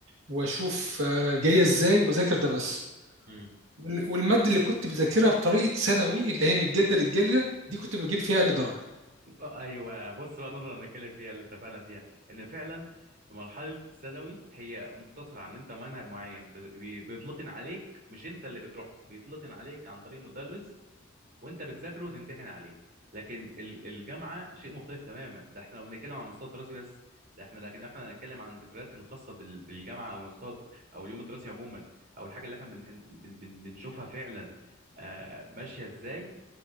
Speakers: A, on the right; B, on the right.
A: وأشوف آه، جاية إزاي وأذاكر ده بس
B: امم
A: وال- والمادة اللي كنت بذاكرها بطريقة ثانوي اللي هي من الجلدة للجلدة دي كنت بجيب فيها أقل درجة
B: ايوه بص بقى النقطه اللي بنتكلم فيها اللي اتفقنا فيها ان فعلا مرحله الثانوي هي مقتصره عن انت منهج معين بي- بيتلقن عليك مش انت اللي بتروح له بيتلقن عليك عن طريق مدرس وانت بتذاكره وتمتحن عليه لكن ال- الجامعه شيء مختلف تماما ده احنا لو بنتكلم عن مستوى دراسي بس ده احنا لكن احنا هنتكلم عن الذكريات الخاصه بال- بالجامعه او مستوى د- او اليوم الدراسي عموما او الحاجه اللي احنا بنحن- بن- بن- بنشوفها فعلا آه، ماشيه ازاي